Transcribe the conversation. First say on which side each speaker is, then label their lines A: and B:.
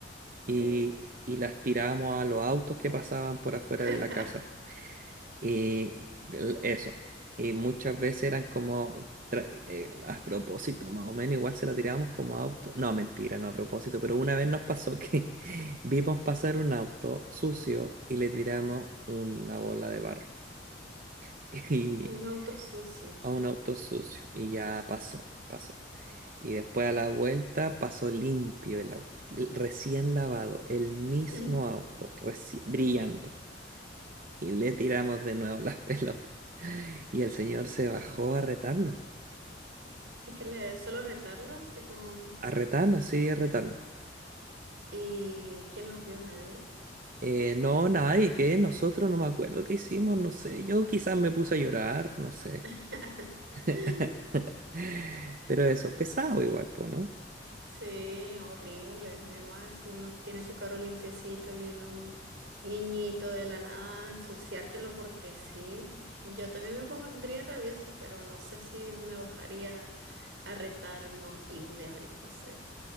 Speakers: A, on the right; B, on the right.
A: Ok.
B: Y, y las tirábamos a los autos que pasaban por afuera
A: <laughs>
B: de la casa. Y el- eso. Y muchas veces eran como... tra- eh, A propósito, más o menos, igual se la tirábamos como auto. No, mentira, no a propósito, pero una vez nos pasó que <laughs> vimos pasar un auto sucio y le tiramos una bola de barro. <laughs> y
A: Un auto sucio.
B: a un auto sucio y ya pasó, pasó. Y después a la vuelta pasó limpio el auto, l- recién lavado, el mismo
A: <clears throat>
B: auto, reci- brillando. Y le tiramos de nuevo las pelotas. <laughs> Y el señor se bajó a retarnos,
A: ¿Y que le solo retarlo? Así como.
B: a retarnos, sí, a retarnos.
A: ¿Y quién los vio? Nadie.
B: Eh, no, nadie, que nosotros no me acuerdo qué hicimos, no sé. Yo quizás me puse a llorar, no sé.
A: <laughs>
B: <laughs> Pero eso, pesado igual, po, ¿no?
A: Sí, horrible. Además, si uno tiene su carro limpiecito y viene un niñito de la nada a ensuciártelo porque sí. Yo también me pondría rabiosa, pero no sé si me bajaría a retar a unos hijos de alguien, no sé.